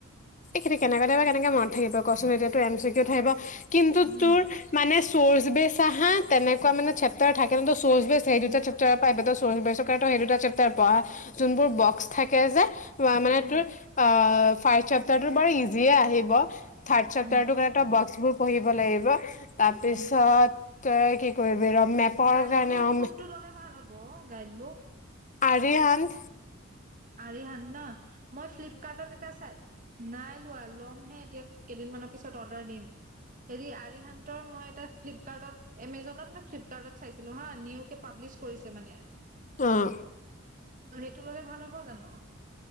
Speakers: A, on the left (about 40°); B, on the right (about 40°).
A: এইখিন কেনেকে বা কেনেকে মনত থাকিব কচোন এতিয়াাতটো এম চি কি উ থাকিব, কিন্তু
B: উম
A: তোৰ মানে চৰ্চ বেচ, বা তেনেকুৱা মানে চেপ্টাৰ থাকে। চৰ্চ বেছছে এই
B: উম
A: দুটা পৰা চেপ্টাৰ পৰা টো আগতে আহিব। সেই দুটা চেপ্টাৰ পঢ়া যোনবোৰ বক্স থাকে যে। মানে
B: উম
A: তোৰ অ ফাৰ্ষ্ট, টো বাৰু ইজিয়ে আহিব। থাৰ্ড চেপ্টাৰটো
B: উম
A: তই বক্স বোৰ, পঢ়িব লাগিব, তাৰপিছত
B: উম
A: তই কি? কৰিবি ৰ মেপৰ
B: গাইড
A: কাৰণে
B: বুক
A: অ
B: কোনটো ল'লে ভাল হ'ব গাইড বুক,
A: আৰিয়ান,
B: আৰিয়ান ন, মই ফ্লিপকাৰ্তত এটা চাই নাই, নাই লোৱা ল'ম হে এতিয়া কেইদিনমানৰ পিছত অৰ্ডাৰ দিম হেৰি আৰিহান্তৰ মই এটা ফ্লিপকাৰ্টত এমজনত নে, ফ্লিপকাৰ্টত চাইছিলো হাঁ। নিউকে পাবলিছ কৰিছে মানে।
A: উম, অ
B: ত সেইটো' ললে ভাল হব। হব জানো।